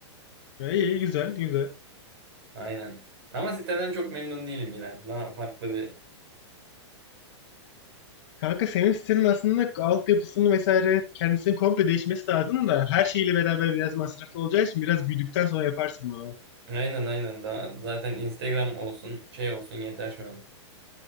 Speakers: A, on the left; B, on the right.
A: İyi, iyi, güzel, güzel.
B: Aynen. Ama siteden çok memnun değilim yine. Daha farklı bir
A: Kanka senin sitenin aslında altyapısını vesaire kendisini komple değişmesi lazım da her şeyle beraber biraz masraflı olacağı için biraz büyüdükten sonra yaparsın bunu.
B: Aynen aynen. Daha zaten Instagram olsun, şey olsun yeter şu an.